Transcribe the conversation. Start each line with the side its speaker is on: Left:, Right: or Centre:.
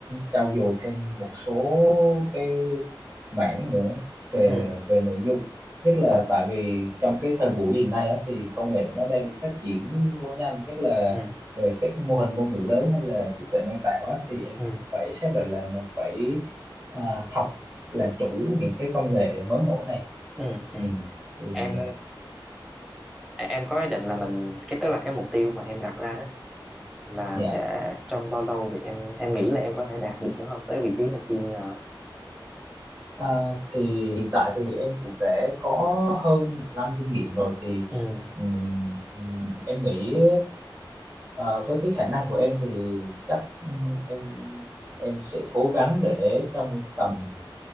Right: trau dồi thêm một số cái mảng nữa về
Centre: ừ
Right: về nội dung nhất là
Centre: ừ
Right: tại vì trong cái thời buổi hiện nay á, thì công nghệ nó đang phát triển quá nhanh nhất là
Centre: ừ
Right: về các mô hình ngôn ngữ lớn hay là trí tuệ nhân tạo á, thì em
Centre: ừ
Right: phải xác định là mình phải à, học làm chủ những cái công nghệ mới nổi này
Centre: ừ ừ.
Right: ừ. thì
Centre: em
Right: à,
Centre: em có ý định là mình cái tức là cái mục tiêu mà em đặt ra đó là
Right: dạ
Centre: sẽ trong bao lâu thì em em nghĩ là em có thể đạt được nó không tới vị trí mà senior á.
Right: À, thì hiện tại thì em cũng đã có hơn một năm kinh nghiệm rồi thì
Centre: ừ
Right: ừm, ừm, em nghĩ ờ, với cái khả năng của em thì chắc ừm, em em sẽ cố gắng để trong tầm